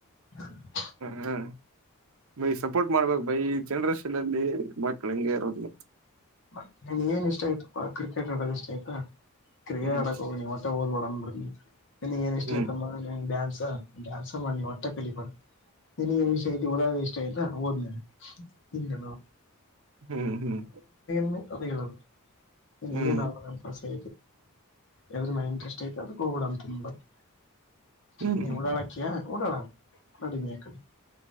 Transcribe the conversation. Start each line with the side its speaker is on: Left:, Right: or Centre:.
Left: <unintelligible>
Right: ಹ ಬೈ ಸಪೋರ್ಟ್ ಮಾಡ್ಬೇಕು ಬೈ ಜನ್ರೇಷನ್ ಅಲ್ಲಿ ಮಕ್ಳ ಹಿಂಗೆ ಇರೋದು.
Left: ಮತ್ತ ನನ್ಗೇನ್ ಇಷ್ಟ ಆಯ್ತಪ ಕ್ರಿಕೆಟ್ ಆಡೋದ ಇಷ್ಟ ಆಯ್ತ ಕ್ರಿಕೆಟ್
Right: ಹ್ಮ್
Left: ಆಡಕ್ ಹೋಗಿ ಮತ್ತೆ ಓದ್ಬೆಡ. ಹ ನಿನಗ ಏನ್ ಇಷ್ಟ
Right: ಹ್ಮ್
Left: ಐತಮ್ಮ ಡ್ಯಾನ್ಸ ಡ್ಯಾನ್ಸ ಮಾಡ ಮಟ್ಟ ಕಲಿ ಬ್ಯಾಡ. ನಿನಗೆ ಏನ್ ಇಷ್ಟ ಐತಿ ಓದಕ ಇಷ್ಟ ಆಯ್ತಾ ಓದ್ನೇ ಹಂಗೆಲ್ಲ.
Right: ಹ್ಮ್ ಹ್ಮ್
Left: <unintelligible> ನಿನ್ಗೇನ್
Right: ಹ್ಮ್
Left: ಆಗ್ಬೇಕಂತ್ ಆಸೆ? ಯದ್ರ್ ಮೇಲಿ ಇಂಟ್ರೆಷ್ಟ್ ಐತೆ ಅದಕ್ಕೆ ಹೋಗ್ಬಿಡ ಅಂತ ಆನ್ಬಾರ್ದು.
Right: ಹ್ಮ್
Left: ನೀ ಊಡಾಳಕ್ಕಿಯ ಊಡಾಳ ಕಡಿಮೆ <unintelligible>